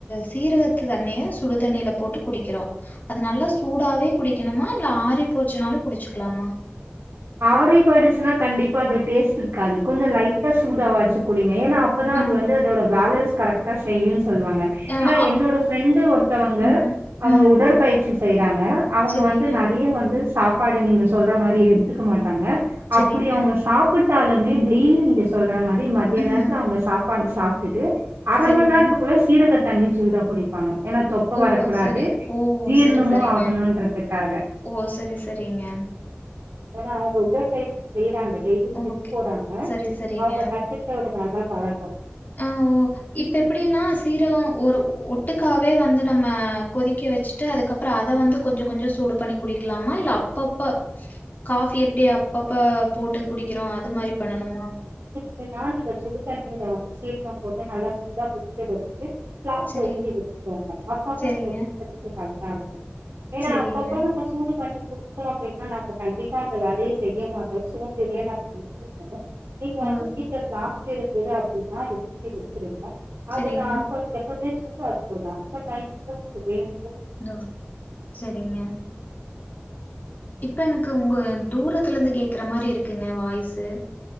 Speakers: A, on the left; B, on the right.
A: சீரகத்து தண்ணிய சுடு தண்ணில போட்டு குடிக்கிறோ அது நல்லா சூடாவே குடிக்கணுமா இல்ல ஆறி போச்சுனாலு குடிச்சுக்லாமா
B: ஆறி போயிடுச்சுன்னா கண்டிப்பா அது டேஸ்ட் இருக்காது கொஞ்சோ லைட்டா சூடு ஆவாச்சு குடிங்க ஏனா அப்பதா
A: ஆ.
B: அது வந்து அதோட வேல ஸ் கரெக்டா செய்யுன் சொல்லுவாங்க
A: ஆ
B: ஏனா
A: அப்
B: என்னோட ஃப்ரெண்டு ஒருத்தவங்க
A: ம்.
B: அவங்க
A: ம்.
B: உடற்பயிற்சி செய்றாங்க அவங்க
A: சரிங்க,
B: வந்து நெறைய வந்து சாப் பாடு நீங்க சொல்ற மாரி எடுத்துக்க மாட்டாங்க
A: சரிங்க.
B: அப்பிடி அவங்க சாப் பிட்டாலுமே டெய்லி நீங்க சொல்ற மாரி மதிய
A: ம்.
B: நேரத்துல அவங்க சாப்பாடு சாப்ட்டுட்டு அர
A: சரிங்க.
B: மணீ நேர்த்துக்குள்ள சீரக தண்ணி சூடா குடிப்பாங்க ஏனா தொப்ப
A: ஓ!
B: வரக்கூடாது
A: சரி. ஓ!
B: ஜீர்ணமு
A: சரி, சரிங்க.
B: ஆகணுன்றதுக்காக
A: ஓ சரி சரிங்க
B: ஏனா அவங்க உடற்பயிற்சி செய்றாங்க டெய்லி ஜிம்
A: ஓகே.
B: போறாங்க
A: சரி, சரிங்க.
B: அவங்க கத்து க்க ஒரு நல்ல பழக்கோ
A: ஆ ஓ! இப்ப எப்டின்னா சீரகோ ஒரு ஒட்டுக்காவே வந்து நம்ம கொதிக்க வெச்சு ட்டு அதுக்கப்புற அத வந்து கொஞ்ச கொஞ்ச சூடு பண்ணி குடிக்கலாமா இல்ல அப்பப்ப காஃபி எப்டி அப்பப்ப போட்டு குடிக்கிறோ அது மாரி பண்ணணுமா
B: செனா நீங்க சுடு தண்ணில வந்து சீரகம் போட்டு நல்லா சூடா குடிக்க வெச்சுட்டு ப்ளாஸ்க்ல
A: சரி.
B: ஊத்தி வெச்சுக்கோங்க அப்பப்ப
A: சரிங்க,
B: நீங்க குடிக்கற்துக்கு கரெக்டா இருக்கு ஏனா
A: சரிங்க.
B: அப்பப்பா நம்ம சூடு பண்ணி குடிச்சோ அப்டினா நம்ம கண்டிப்பா அந்த வேலய செய்ய மாட்டோம் சோம்பெறியா தா <inaudible> நீங்க வந்து
A: ஓ!
B: வீட்ல பிளாஸ்க்கு இருக்குது அப்டினா இத ஊத்தி வெச்சிருங்க அது
A: சரிங்க.
B: நா அப்ப எப்பமே சூடா வச்சிருந்தா அந்த டைம் <unintelligible>
A: ஆ செரிங்க இப்ப எனக்கு உங்க தூரத்துலந்து கேக்குற மாரி இருக்குங்க வாய்ஸு